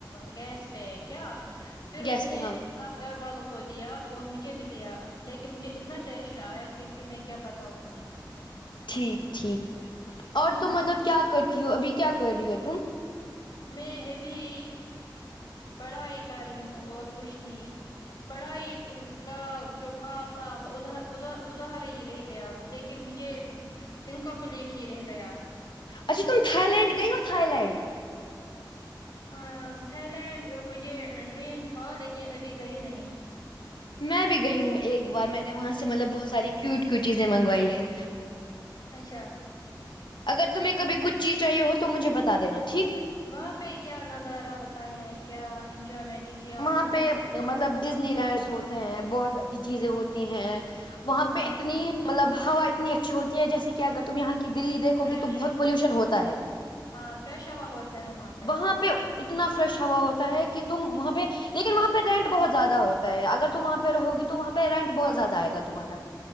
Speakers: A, on the left; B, on the left.
A: گیس پہ کیا پھر
B: گیس
A: اس نے
B: پہ ہاں
A: سب گھر والوں کو دیا اور مجھے بھی دیا لیکے مجھے اتنا ٹیسٹ آیا کیک میں کیا بتاؤوں تمہیں <unintelligible>
B: ٹھیک ٹھیک اور
A: ہاں
B: تم مطلب کیا کرتی ہو ابھی کیا کر رہی ہو تم <unintelligible>
A: میں ابھی پڑھائی کر رہی ہوں اور کچھ نہیں پڑھائی کا جو خواب تھا وہ اد اد ادھار ہی رہے <unintelligible> گیا لیکن مجھے ان کا پلیٹ ہی رہ گیا <unintelligible>
B: اچا تم تھائیلینڈ گوا تھاائیلینڈ
A: ہاں تھائی لینڈ مجھے ڈریم تھا لیکن ابھی گئی نہیں
B: میں بھی گئی ہوں ایک بار میں نے وہاں سے مطلب بہت ساری کیوٹ کی چیزیں منگوائی ہے
A: اچھا <inaudible>
B: اگر تمہیں کبھی کچھ چیز چاہی ہو تو مجھے بتا دینا ٹھیک
A: وہاں پہ کیا نظارہ ہوتا ہے کیا انجوائمنٹ کیا آپ
B: وہاں
A: نے
B: پہ مطلب ڈزنی لینڈس ہوتے ہیں بہت ساری چیزیں ہوتی ہیں وہاں
A: ہاں
B: پہ اتنی <unintelligible> مطلب ہوا اتنی اچھی ہوتی ہے جیسے کہ اگر تم یہاں کی دلیی دھو
A: فریش
B: گی تو بہت پلیوشن ہوتا ہے
A: ہاں فریش ہوا ہوتا ہے وہاں پہ
B: وہاں پہ اتنا فریش ہوا ہوتا ہے کہ تم وہاں پہ لیکن وہاں پہ رینٹ بہت زیادہ ہوتا ہے اگر تم وہاںہ رہو گی تو وہاں پ رٹ بہت زیاد آئے گا تمہارے <inaudible>